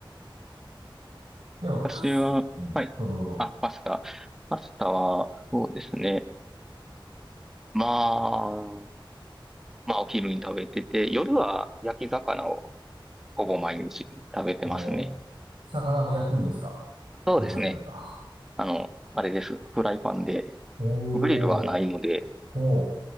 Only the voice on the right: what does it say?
でも、
パス、うん、どうぞどうぞ。
お、魚も焼くんですか
ご自宅で。あ、
おー、
おー、